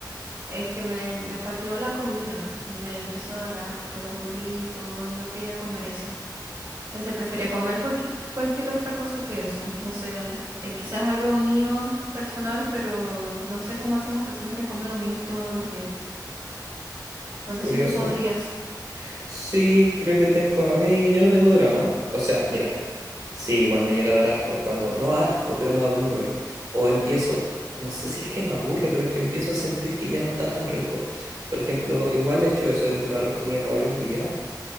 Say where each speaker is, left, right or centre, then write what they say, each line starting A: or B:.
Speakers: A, on the right; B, on the right.
A: es que me, me pateó la comida, me empezó a dar asco los burritos y no quería comer eso. Entonces prefería comer cualquier, cualquier otra cosa que eso. No sé, eh, quizás algo mío personal, pero no sé cómo hacen las personas que comen lo mismo todos los días. No sé
B: Curioso.
A: si tú podrías.
B: Sí, creo que tengo. A mí, yo no tengo drama. O sea, mira, sí, igual me llega a dar asco. Cuando, no asco, pero me aburre. O empiezo, no sé si es que me aburre, pero es que empiezo a sentir que ya no está tan rico. Por ejemplo, igual he hecho eso de preparar comida para varios días.